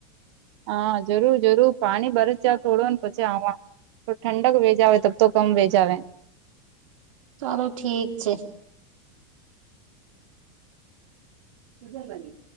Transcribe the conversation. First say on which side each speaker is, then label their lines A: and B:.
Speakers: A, on the right; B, on the right.
A: હા, જરૂર જરૂર, પાણી ભરસ જાવ થોડું ને પછી આ ઠંડક વેજ આવે તો તો, કમ વેજ આવેે
B: ચાલો ઠીક છે. ત કરી